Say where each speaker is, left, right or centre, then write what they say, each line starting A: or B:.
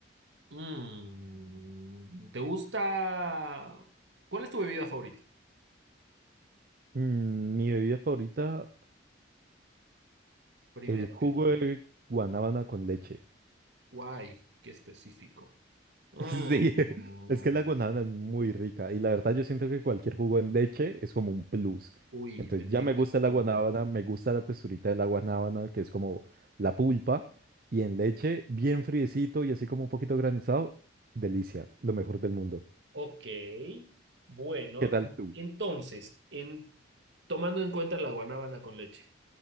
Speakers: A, on the right (about 70°); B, on the right (about 50°).
A: mm, ¿te gusta? ¿Cuál es tu bebida favorita?
B: Mm, mi bebida favorita,
A: Primero
B: el jugo
A: que nada.
B: de guanábana con leche.
A: Guay, qué específico. Mm.
B: Sí, <laughs> es que la guanábana es muy rica y la verdad yo siento que cualquier jugo en leche es como un plus.
A: Uy,
B: Entonces
A: bendito
B: ya me gusta
A: estómago.
B: la guanábana, me gusta la texturita de la guanábana, que es como la pulpa, y en leche bien friecito y así como un poquito granizado, delicia, lo mejor del mundo.
A: Ok, bueno,
B: ¿Qué tal tú?
A: entonces, en, tomando en cuenta la guanábana con leche,